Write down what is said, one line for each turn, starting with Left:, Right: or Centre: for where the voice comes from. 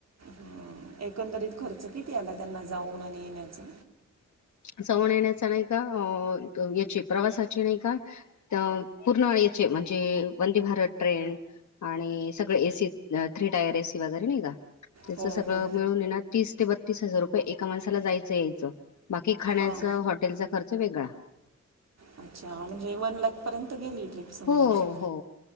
Right: हां एकंदरीत खर्च किती आला त्यांना जाऊन आणि येण्याचा
Left: जाऊन येण्याचा नाही का याची प्रवासाची नाही का पूर्ण म्हणजे वंदे भारत ट्रेन आणि सगळ एसी थ्री टायर एसी वगैरे नाही का त्याच
Right: हो
Left: सगळं
Right: हो
Left: मिळून ये ना तीस ते बत्तीस हजार रुपये एका माणसाला जायचं यायचं बाकी खाण्याचा
Right: हां
Left: हॉटेलचा खर्च वेगळा
Right: अच्छा म्हणजे वन लॅख पर्यंत गेली ट्रिप समजायची
Left: हो हो